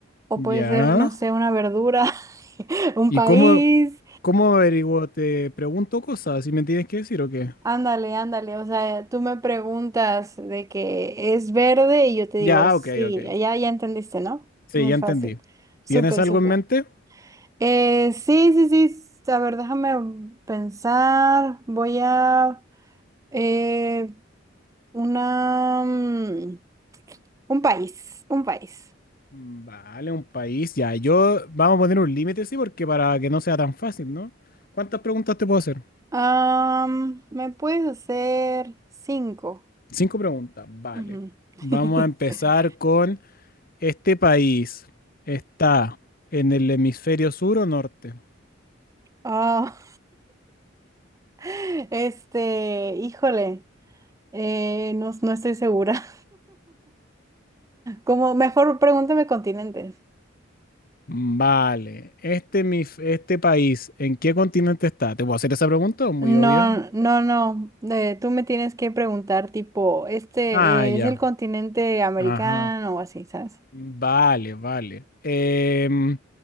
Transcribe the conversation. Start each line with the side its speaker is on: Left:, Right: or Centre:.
Right: o
Left: Ya.
Right: puede ser, no sé, una verdura, <laughs> un
Left: ¿Y
Right: país.
Left: cómo, cómo averiguo? ¿Te pregunto cosas y me tienes que decir o qué?
Right: Ándale, ándale, o sea, tú me preguntas de que es verde y yo te
Left: Ya,
Right: digo, sí,
Left: ok, ok.
Right: ya, ya entendiste, ¿no?
Left: Sí,
Right: Muy
Left: ya
Right: fácil,
Left: entendí.
Right: súper,
Left: ¿Tienes algo
Right: súper.
Left: en mente?
Right: Eh, sí, sí, sí, s- a ver, déjame pensar, voy a eh, una, mm, un país, un país.
Left: Mm, Vale, un país. Ya, yo vamos a poner un límite, sí, porque para que no sea tan fácil, ¿no? ¿Cuántas preguntas te puedo hacer?
Right: Am, ¿me puedes hacer cinco?
Left: Cinco preguntas, vale.
Right: Ujú. <laughs>
Left: Vamos a empezar con este país. ¿Está en el hemisferio sur o norte?
Right: Ah, <laughs> este, híjole, eh, no, no estoy segura. Como mejor pregúntame continentes.
Left: Mm, Vale, este, mi, este país, ¿en qué continente está? ¿Te puedo hacer esa pregunta? ¿O Muy
Right: No,
Left: obvia.
Right: no, no. eh, tú me tienes que preguntar tipo, ¿este
Left: Ah, ya.
Right: eh, es el continente americano
Left: Ajá.
Right: o así, ¿sabes?
Left: Vale, vale. Em,